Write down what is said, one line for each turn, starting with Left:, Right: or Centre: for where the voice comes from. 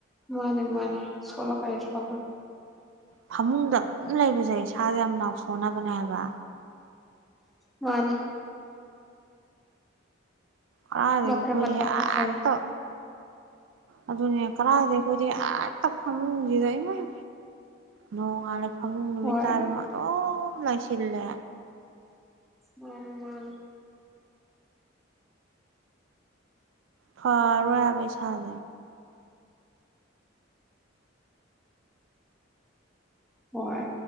Centre: ꯃꯅꯦ ꯃꯅꯦ ꯁꯣ <unintelligible>
Right: ꯐꯃꯨꯡꯗ ꯑꯗꯨꯝ ꯂꯩꯕꯁꯦ ꯏꯁꯥꯁꯦ ꯌꯥꯝ ꯅꯥꯎ ꯁꯣꯟꯅꯕꯅꯦ ꯍꯥꯏꯕ
Centre: ꯃꯥꯅꯦ
Right: ꯀꯗꯥꯏꯒꯤ
Centre: ꯕꯇ꯭ꯔ
Right: ꯈꯣꯏꯗꯤ
Centre: ꯕꯇ꯭ꯔ
Right: ꯍꯦꯠꯇ
Centre: ꯄꯠ ꯂꯩ
Right: ꯑꯗꯨꯅꯦ ꯀꯗꯥꯏꯗꯩ ꯑꯩꯈꯣꯏꯗꯤ ꯍꯦꯛꯇ ꯐꯝꯃꯨꯁꯤꯗ ꯏꯃꯃꯩ ꯅꯣꯡꯉꯥꯜꯂꯦ ꯐꯃꯨꯡ ꯅꯨꯃꯤꯠ
Centre: ꯍꯣꯏ
Right: ꯇꯥꯔꯕ ꯑꯗꯨꯝ ꯂꯥꯏꯁꯤꯜꯂꯦ
Centre: ꯃꯅꯦꯃꯅꯦ
Right: ꯐꯔꯔꯣꯏ ꯍꯥꯕ꯭ꯔꯣ ꯏꯁꯥꯁꯦ
Centre: ꯍꯣꯏ